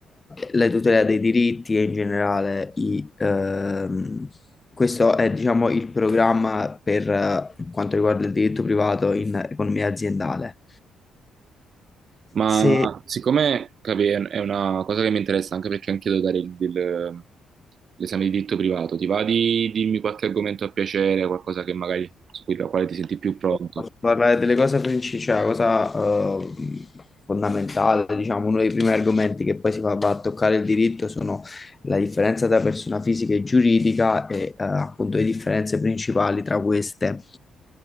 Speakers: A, on the left; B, on the right.
A: la tutela dei diritti e in generale i, ehm, questo è, diciamo, il programma per eh, quanto riguarda il diritto privato in economia aziendale.
B: Ma
A: Sì,
B: siccome capi, è è una cosa che mi interessa anche perché anche io devo dare il- del- l'esame di diritto privato, ti va di dirmi qualche argomento a piacere, qualcosa che magari su cui, la quale ti senti più pronto?
A: Posso parlare delle cose principali, cioè la cosa eh, fondamentale, diciamo, uno dei primi argomenti che poi si va, va a toccare il diritto sono la differenza tra persona fisica e giuridica e eh, appunto le differenze principali tra queste.